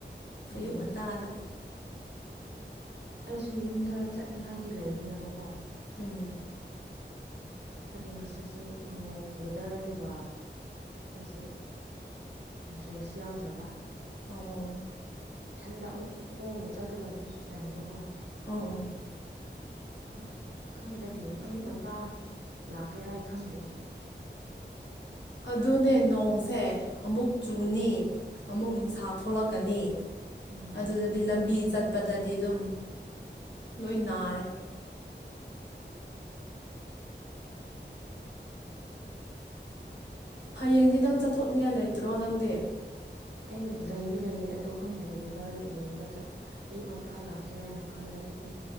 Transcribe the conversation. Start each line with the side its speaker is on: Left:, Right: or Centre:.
Right: ꯎꯝ
Left: ꯑꯌꯨꯛ ꯉꯟꯇꯥꯗ
Right: ꯑꯩꯁꯨ ꯌꯨꯝꯗ ꯆꯠꯅꯤꯡꯉꯥꯏ ꯇꯤ ꯂꯩꯕꯅꯦꯕꯀꯣ
Left: ꯎꯝ
Right: ꯑꯗꯣ ꯉꯁꯤꯁꯦ ꯅꯣꯡ ꯋꯦꯗꯔꯗꯨꯒ ꯑꯩꯁꯦ ꯏꯟꯇꯔꯦꯁ ꯌꯥꯎꯗ꯭ꯔꯕ
Left: ꯑꯣ
Right: ꯏꯊꯟꯗ ꯑꯃꯨꯛ ꯈꯣꯡꯅ ꯆꯠꯀꯗꯕꯗꯨꯁꯨ ꯇꯟꯕꯀꯣ
Left: ꯑꯣꯝ
Right: ꯎꯝ ꯈꯪꯗꯦ ꯍꯌꯦꯡ ꯑꯌꯨꯛ ꯉꯟꯇꯥ ꯂꯥꯛꯀꯦꯔꯥ ꯑꯩ ꯈꯪꯗꯦ
Left: ꯑꯗꯨꯅꯦ ꯅꯣꯡꯁꯦ ꯑꯃꯨꯛ ꯆꯨꯅꯤ ꯑꯃꯨꯛ ꯅꯨꯡꯁꯥ ꯊꯣꯛꯂꯛꯀꯅꯤ
Right: ꯎꯝ
Left: ꯑꯗꯨꯗꯗꯤ ꯂꯝꯕꯤ ꯆꯠ ꯆꯠꯄꯗꯗꯤ ꯑꯗꯨꯝ ꯂꯣꯏ ꯅꯥꯔꯦ ꯍꯌꯦꯡꯗꯤ ꯅꯪ ꯆꯠꯊꯣꯛꯅꯤꯡꯉꯥꯏ ꯂꯩꯇ꯭ꯔꯣ ꯅꯪꯗꯤ
Right: ꯑꯩ ꯂꯩꯗꯤ ꯂꯩꯌꯦ ꯑꯗ ꯈꯪꯗꯦ ꯋꯦꯗꯔ ꯌꯦꯡꯉꯒ ꯆꯠ ꯑꯌꯨꯛ ꯉꯟꯇꯥ ꯂꯥꯛꯁꯤꯔꯥꯅ ꯈꯜꯂꯦ ꯑꯩꯗꯤ